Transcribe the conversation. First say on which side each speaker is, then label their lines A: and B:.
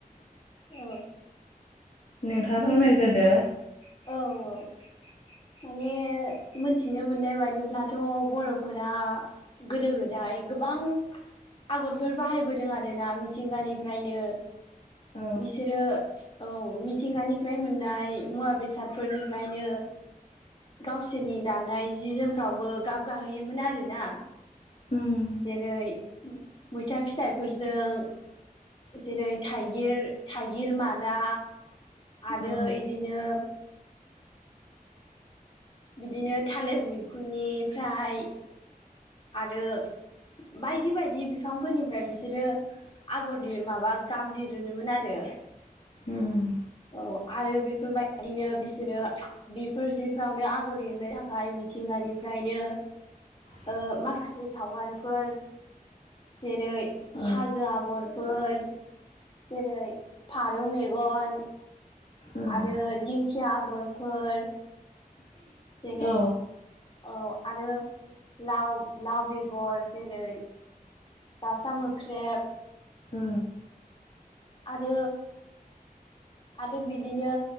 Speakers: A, on the left (about 35°); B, on the left (about 55°).
A: औ
B: नोंथाङा‌
A: मोनथिनो
B: फोरमायग्रोदो
A: औ औ माने मोनथिनो मोननाय बायदिब्लाथ' बर'फोरा गोदो गोदाय गोबां आगरफोर बाहायबोदों आरोना मिथिंगानिफ्रायनो
B: औ
A: बिसोरो औ मिथिंगानिफ्राय मोननाय मुवा बेसादफोरनिफ्रायनो गावसोरनि दानाय जि जोमफ्रावबो गाब गाहोयोमोन आरोना
B: उम
A: जेरै मैथा फिथाइफोरजों। जेरै थाइगिर थाइगिर मादा आरो
B: औ
A: इदिनो। बिदिनो थालिर मैखुननिफ्राय आरो। बायदि बायदि बिफांफोरनिफ्राय बिसोरो। आगर दिर माबा गाब दिरोममोन आरो
B: उम
A: औ आरो बे फोरबायदिनो बिसोरो बेफोर जिफ्रावनो आगर एरनो थाखाय मिथिंगानिफ्रायनो।
B: <inaudible>
A: ओ माखासे सावगारिफोर जेरै
B: औ
A: हाजो आगर फोर जेरै फारौ मेगन।
B: उम
A: आरो दिंखिया आगरफोर। जेरै
B: औ
A: औ आरो लाव लाव बेगर जेरै। दावउसा मोख्रेब।
B: उम
A: आरो आरो बिदिनो